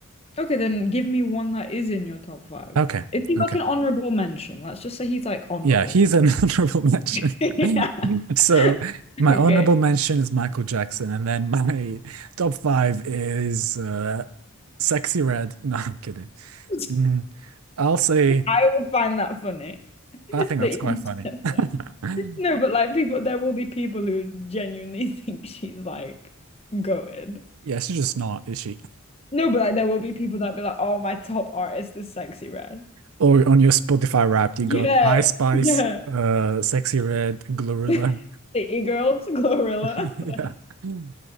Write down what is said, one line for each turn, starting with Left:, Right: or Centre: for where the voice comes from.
Left: Okay, then give me one that is in your top five.
Right: Okay.
Left: Is he
Right: Okay.
Left: like an honorable mention? Let's just say he's like honorable
Right: Yeah, he's
Left: mention.
Right: an <laughs> honorable mention.
Left: <laughs> Yeah.
Right: <laughs>
Left: <laughs>
Right: So my
Left: Okay.
Right: honorable mention is Michael Jackson, and then my <laughs> top five is uh, Sexy Red. <laughs> No, I'm kidding.
Left: <laughs>
Right: Mm. I'll say,
Left: I would find that funny <laughs>
Right: I think
Left: that
Right: that's quite
Left: you
Right: funny.
Left: said that.
Right: <laughs>
Left: No, but like people, there will be people who genuinely <laughs> think she's like goated.
Right: Yeah, she's just not, is she?
Left: No, but like there will be people that be like, oh, my top artist is Sexy Red.
Right: Or on your Spotify Wrapped, you
Left: Yeah,
Right: got I Spice,
Left: yeah.
Right: uh, Sexy Red, Glorilla.
Left: <laughs> City Girls, Glorilla.
Right: <laughs> Yeah.
Left: Like,
Right: Mm.